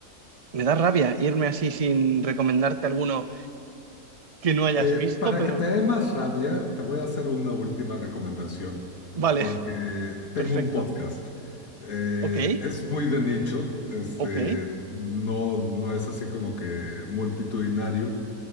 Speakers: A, on the right (about 75°); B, on the left (about 70°).
A: me da rabia irme así sin recomendarte alguno que no hayas
B: Eh,
A: visto,
B: para
A: pero
B: que te dé más rabia, te voy a hacer una última recomendación,
A: vale,
B: porque tengo
A: perfecto.
B: un podcast. Eh,
A: Ok,
B: es muy de nicho, este,
A: ok.
B: no, no es así como que multitudinario.